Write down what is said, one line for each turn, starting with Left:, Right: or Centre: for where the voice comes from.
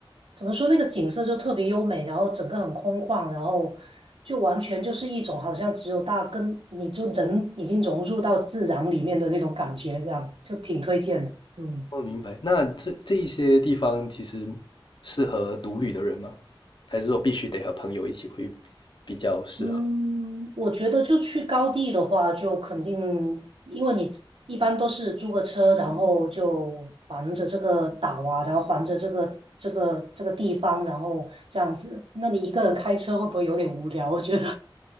Right: 怎么说那个景色就特别优美，然后整个很空旷，然后就完全就是一种好像只有大跟你就人已经融入到自然里面的那种感觉，这样就挺推荐的。嗯
Left: 我明白。那这这一些地方其实适合独旅的人吗？还是说必须得和朋友一起会比较适合？
Right: 嗯，我觉得就去高地的话，就肯定，因为你一般都是租个车，然后就环着这个岛啊，然后环着这个这个这个地方，然后这样子。那你一个人开车会不会有点无聊？我觉得，